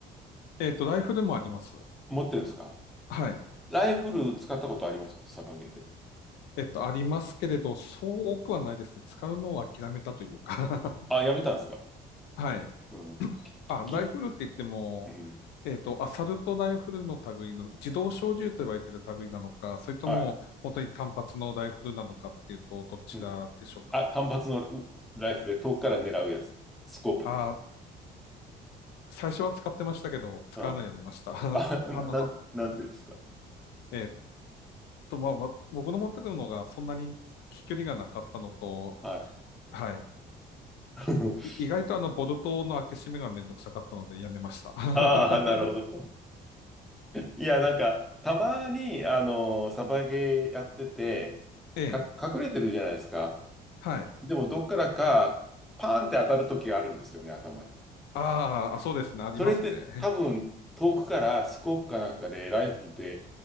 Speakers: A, on the left (about 80°); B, in the centre.
A: えっと、ライフルもあります。
B: 持ってるんですか
A: はい。
B: ライフル使ったことありますサバゲーで。
A: えっと、ありますけれど、そう多くはないですね。使うのを諦めたというか
B: あ、やめたんですか
A: はい。
B: うん。き、
A: あ、ライフルって言っても、
B: き、うん。
A: えっと、アサルトライフルの類の、自動小銃と言われている類なのか、それとも、
B: はい。
A: 本当に単発のライフルなのかっていうと、どちらでしょうか。
B: うん。あ、単発のうライフルで遠くから狙うやつ。スコープで。
A: あ、最初は使ってましたけど、使うのやめました。
B: うん。
A: <laughs>
B: あ、
A: あの、
B: な、なんなんでですか
A: えっと、まあ、わ僕の持ってるのがそんなに飛距離がなかったのと、
B: はい。
A: はい。
B: <laughs>
A: い意外とあの、ボルトの開け閉めがめんどくさかったので、やめました。<laughs>
B: ああ、なるほど。いや、なんか、たまに、あの、サバゲーやってて、
A: ええ、
B: か、隠れてるじゃないですか。
A: はい。
B: でも、どっからか、パーンって当たる時があるんですよね、頭に。
A: あーあ、そうですね。ありますね。
B: それって、多分、遠くからスコープかなんかで、ライフルで